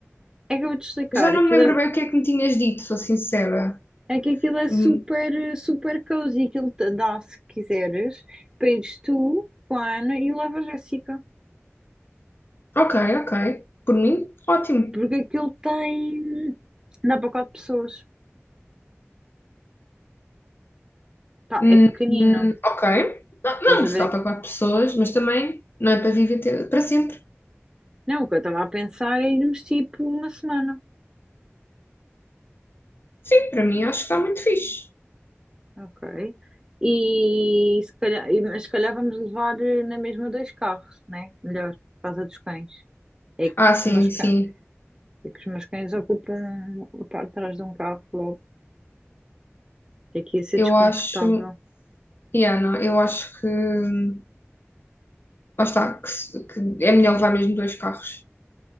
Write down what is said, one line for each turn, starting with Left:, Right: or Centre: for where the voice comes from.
Right: É que eu vou-te explicar,
Left: Já não
Right: aquilo
Left: me lembro
Right: é,
Left: bem o que é que me tinhas dito, sou sincera.
Right: é que aquilo é
Left: Hum,
Right: super, eh, super cozy, aquilo te dá, se quiseres, para ires tu com a Ana e leva a Jéssica.
Left: ok, ok. Por mim, ótimo.
Right: Porque aquilo tem. dá para quatro pessoas. Pá,
Left: Hum,
Right: é pequenino.
Left: hum, ok. Não,
Right: Estás
Left: não,
Right: a
Left: se
Right: ver?
Left: dá para quatro pessoas, mas também não é para viver te- para sempre.
Right: Não, o que eu estava a pensar é irmos tipo uma semana.
Left: Sim, para mim acho que está muito fixe.
Right: Ok. E se calhar, e- mas se calhar vamos levar eh, na mesma dois carros, né? Melhor, por causa dos cães. É que
Left: Ah, sim,
Right: os meus cães,
Left: sim.
Right: é que os meus cães ocupam a parte de trás de um carro logo. É que ia ser
Left: Eu
Right: desconfortável.
Left: acho. Yeah, não, eu acho que. hum, Lá está, que, se- que é melhor levar mesmo dois carros.